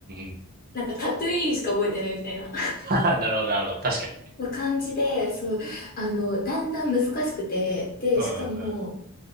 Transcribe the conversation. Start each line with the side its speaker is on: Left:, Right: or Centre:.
Right: ん。
Left: なんかタトゥイーンしか覚えてないみたいな。
Right: <laughs> ははなるほど、なるほど。確かに。
Left: まあ感じで、そう、あの、だんだん難しくて、で、
Right: うんうん
Left: しかも、